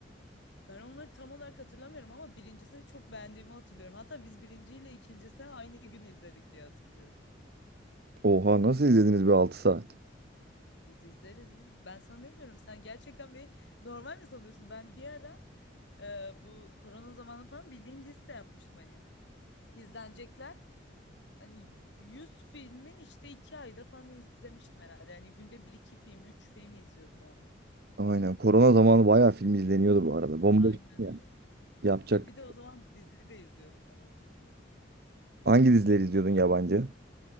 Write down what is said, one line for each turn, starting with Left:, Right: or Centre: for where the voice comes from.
Left: Ben onları tam olarak hatırlamıyorum ama birincisini çok beğendiğimi hatırlıyorum. Hatta biz birinciyle ikincisini aynı gün izledik diye hatırlıyorum.
Right: Oha nasıl izlediniz bir altı saat?
Left: Biz izleriz ya. Ben sana ne diyorum? Sen gerçekten bir Normal mi sanıyorsun? Ben bir ara Ee, bu korona zamanı falan bildiğin liste yapmıştım hani. İzlenecekler. Hani 100 filmi işte 2 ayda falan izlemiştim herhalde. Yani günde bir iki film, 3 film izliyordum o ara.
Right: Aynen. Korona zamanı bayağı film izleniyordu bu arada.
Left: Aynen
Right: Bomboş ya.
Left: öyle.
Right: Yapacak.
Left: Ya bir de o zaman dizi de izliyordum ben hatırlıyorum.
Right: Hangi dizileri izliyordun yabancı?